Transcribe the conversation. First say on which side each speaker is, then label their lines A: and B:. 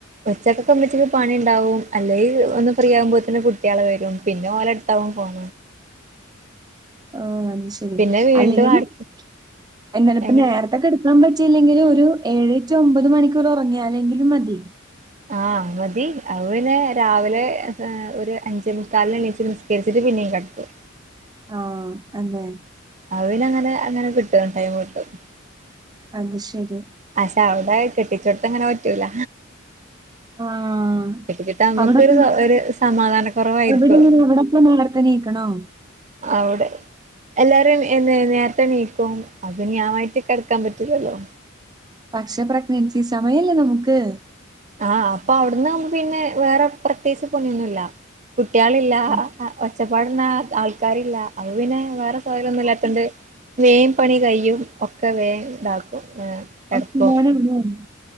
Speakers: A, on the right; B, on the right.
A: ഒച്ചക്കൊക്കെ മച്ചിക്ക് പണി ഉണ്ടാവും അല്ലെങ്കി ഒന്ന് ഫ്രീ ആകുമ്പോൾ തന്നെ കുട്ടികള്ക്കെ വരും പിന്നെ ഓല എടുത്താവും ഫോൺ
B: ആ അത് ശരി
A: പിന്നെ വീണ്ടും
B: അല്ലെങ്കിൽഎന്നാ
A: അട
B: പ്പ
A: എങ്ങനെ
B: നേർത്തെ ത്തെക്കെടുക്കാൻ പറ്റിയില്ലെങ്കിൽ ഒരു ഏഴറ്റുഒമ്പത് മണിക്കൂർ ഉറങ്ങിയ അല്ലെങ്കിലും മതി
A: ആഹ മതി അത് പിന്നെ രാവിലെ ഒരു അഞ്ചെ മുക്കാലിന് എണീച്ച് നിസ്കരിച്ചിട്ട് പിന്നെയും കിടക്കും
B: ആഹ് അതെ
A: അവനങ്ങനെ അങ്ങനെ കിട്ടുംടൈം കിട്ടും
B: അത് ശരി
A: ആ പക്ഷെ അവിടെ കെട്ടിച്ചെടുത്ത് അങ്ങനെ പറ്റൂല
B: ആഹ്
A: കെട്ടിച്ചിട്ട്നമ്മക്ക്
B: അവിടപ്പ
A: ഒരു സമാധാന കുറവായിരിക്കോ
B: അവിടെങ്ങനെ അവിടപ്പ നേരത്തെ എണീക്കണോ?
A: അവിടെ എല്ലാരും എ നേരത്തെ നീക്കും അത് ഞാനായിട്ട് കിടക്കാൻ പറ്റില്ലല്ലോ
B: പക്ഷ പ്രഗ്നൻസി സമയല്ലേ നമുക്ക്
A: ആഹ് അപ്പൊ അവിടുന്ന് നമ്മ പിന്നെ വേറെ പ്രത്യേകിച്ച് പൊണിയൊന്നുംല്ല കുട്ടികളില്ല
B: നമുക്ക്
A: ഒച്ചപ്പാടുന്ന ആൾക്കാരില്ല അത് പിന്നെ വേറെ തൊഴിലൊന്നും ഇല്ലാത്തോണ്ട് വേൻ പണി കയ്യും ഒക്കെ വേ ഇതാക്കും കെടക്കും
B: അ മോന ഉ <unintelligible>